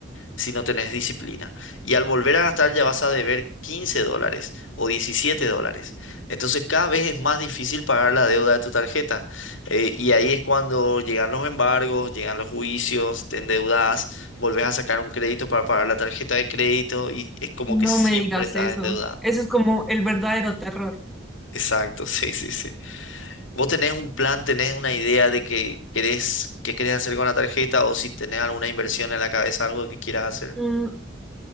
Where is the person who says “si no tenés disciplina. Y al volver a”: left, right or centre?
Left